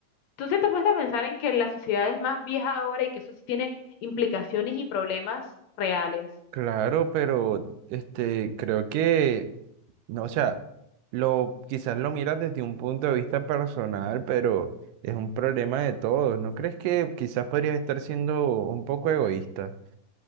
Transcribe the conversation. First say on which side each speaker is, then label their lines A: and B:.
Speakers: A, on the left; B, on the right.
A: Entonces te puedes pensar en que la sociedad es más vieja ahora y que eso sí tiene implicaciones y problemas reales.
B: Claro, pero este, creo que, no, o sea, lo, quizás lo miras desde un punto de vista personal, pero es un problema de todos. ¿No crees que quizás podrías estar siendo un poco egoísta?